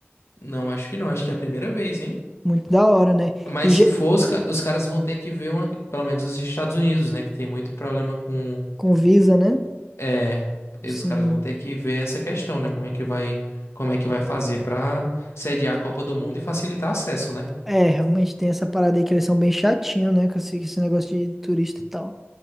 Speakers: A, on the left (about 80°); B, in the centre.
A: Não, acho que não. Acho que é a primeira vez, hein?
B: Muito da hora, né?
A: Mas
B: E já-
A: se for, os, ca- os caras vão ter que ver uma, pelo menos os Estados Unidos, né? Que tem muito problema com,
B: com Visa, né?
A: com- é,
B: Sim.
A: os caras vão ter que ver essa questão, né? Como é que vai, como é que vai fazer pra sediar a Copa do Mundo e facilitar acesso, né?
B: É, realmente tem essa parada aí que eles são bem chatinhos, né? Com esse, com esse negócio de turista e tal.